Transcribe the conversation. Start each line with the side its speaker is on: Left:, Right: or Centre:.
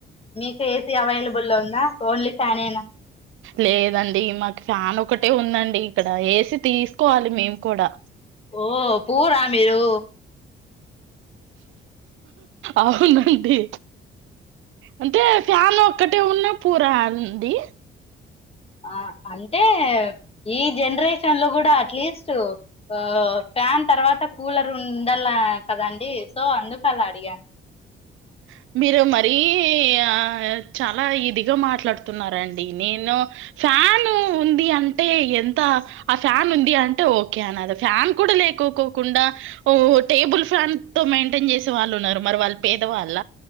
Left: మీకు ఏ సి అవైలబుల్లో ఉందా ఓన్లీ ఫ్యానేనా
Right: లేదండి మాకు ఫ్యాన్ ఒకటే ఉందండి ఇక్కడ ఏసి తీసుకోవాలి మేము కూడా
Left: ఓ పూరా మీరు
Right: అవునండి అంటే ఫ్యాన్ ఒక్కటే ఉన్నా పూరా అండి
Left: ఆ అంటే ఈ జనరేషన్ లో కూడా అట్లీస్ట్ ఆ ఫ్యాన్ తర్వాత కూలర్ ఉండల్ల కదండి సో అందుకు అలా అడిగాను
Right: <inaudible> మీరు మరీ ఆ చాలా ఇదిగా మాట్లాడుతున్నారండి నేను ఫ్యాన్ ఉంది అంటే ఎంత ఆ ఫ్యాన్ ఉంది అంటే ఓకే అనలే ఫ్యాన్ కూడా లే లేకో కోకుండా ఓ టేబుల్ ఫ్యాన్ తో మెయింటైన్ చేసే వాళ్ళు ఉన్నారు మరి వాళ్ళు పేదవాళ్ళ